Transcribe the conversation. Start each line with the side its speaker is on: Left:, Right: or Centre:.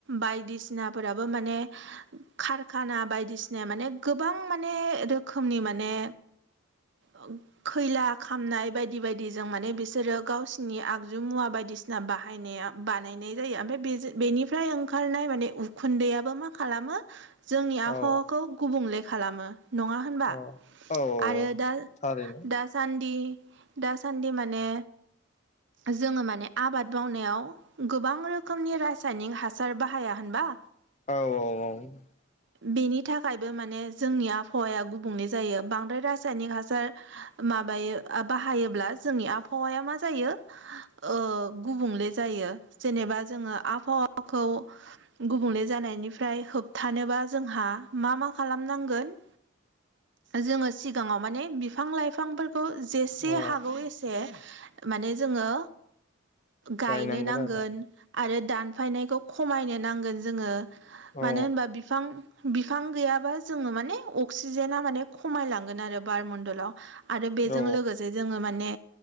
Right: बायदिसिनाफोराबो माने कारखाना बायदिसिना माने गोबां माने रोखोमनि माने ओ खैला खामनाय बायदि बायदिजों माने बिसोरो गावसिनि आगजु मुवा बायदिसिना बाहायनाया। बानायनाय जायो ओमफाय बेजो बेनिफ्राय ओंखारनाय माने उखुन्दैआबो मा खालामो जोंनि आबहावाखौ
Left: औ
Right: गुबुंले खालामो नङा होनबा
Left: औ औ
Right: आरो दा
Left: थारैनो
Right: दास सान्दि दासान्दि माने जोङो माने आबाद मावनायाव गोबां रोखोम रोखोमनि रासायनिक हासार बाहाया होनबा
Left: औ औ द
Right: बेनि थाखायबो माने जोंनि आबहावाया गुबुंले जायो बांद्राय रासायनिक हासार माबायो बाहायोब्ला जोंनि आबहावाया मा जायो ओ गुबुंले जायो जेनेबा जोङो आबहावाखौ गुबुंले जानायनिफ्राय होबथानोबा जोंहा मा मा खालामनांगोन जोङो सिगाङाव माने बिफां लाइफांफोर खौ जेसे
Left: औ
Right: हागौ एसे माने जोङो गायनो
Left: गायनांगोन
Right: नांगोन
Left: आरो
Right: आरो दान फायनायखौ खमायनो नांगोन जोङो
Left: औ
Right: मानो होनबा बि फां बिफां गैयाबा जोङो माने अक्सिजेना माने खमायलांगोन आरो बार मण्डलाव। आरो बेजों
Left: औ
Right: लोगोसे जोङो माने